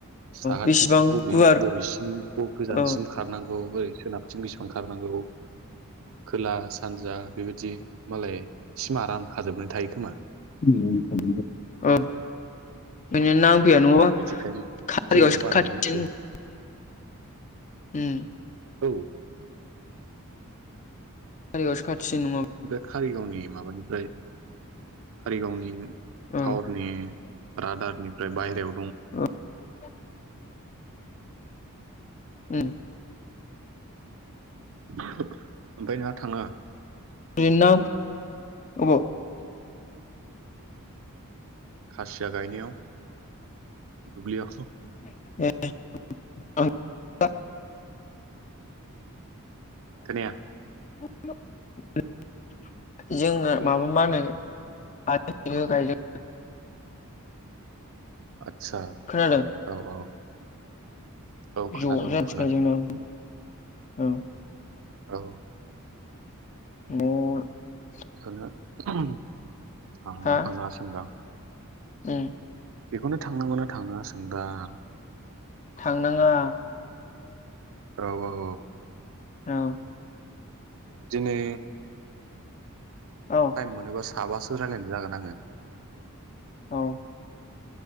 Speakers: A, on the right; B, on the left.
A: साहाथिंजों
B: बेसेबां
A: बबे
B: गुवार
A: बबेसिम गोजानसिम
B: औ
A: खारनांगौ औ ओरै सोनाबथिं बेसेबां ओंखारनांगौ खोला सानजा बेबायदि मालाय सिमा रानखाजोबनाय थायो खोमा।
B: <unintelligible> <unintelligible>
A: बिदिखायनो जोंनियाव बारा नांफैया
B: उम
A: औ
B: कारिगावासो खाथिसिन नङाब
A: खारिगावनि माबानिफ्राय कारिगावनि
B: औ
A: थावरनि रादारनि बाहेरायाव
B: <unintelligible> उम
A: <unintelligible> ओमफ्राय नोंहा थानाङा।
B: <unintelligible> अबाव
A: खासिया गायनायाव दुब्लियाव
B: <unintelligible>
A: खोनाया
B: <unintelligible> जोङो माबा मा होनो <unintelligible> गायदों।
A: आच्छा
B: खोनादों
A: औ औ औ
B: ज
A: खोनादों
B: <unintelligible>
A: औ खोनादों
B: औ
A: औ
B: <unintelligible>
A: बेखौनो <unintelligible> थांना
B: हा
A: थांनाङासो नोंदां।
B: उम
A: बेखौनो थांनांगौना थांनाङा सोंदां
B: थांनाङा
A: औ औ औ
B: औ
A: दिनै
B: औ
A: थाइम मोनोबास साबासो रायलायनाय जागोन आङो।
B: औ